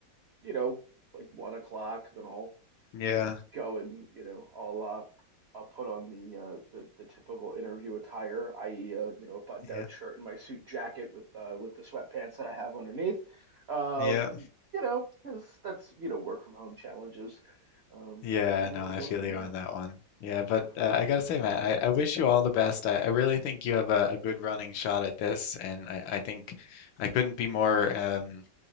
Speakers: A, on the right; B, on the left.
A: you know, like one o'clock, then I'll,
B: Yeah.
A: you know, go and, you know, I'll uh I'll put on the uh the, the typical interview attire, i.e. uh, you know, a button down
B: Yeah,
A: shirt and my suit jacket with uh with the sweatpants that I have underneath. Um,
B: yeah,
A: you know, because that's, you know, work from home challenges. Um,
B: yeah.
A: you know,
B: No,
A: I'll
B: I
A: go
B: feel
A: from there.
B: you on that one. Yeah, but
A: Yeah.
B: uh, I gotta say, Matt, I, I wish you all the best. I, I really think you have a, a good running shot at this, and I, I think I couldn't be more um,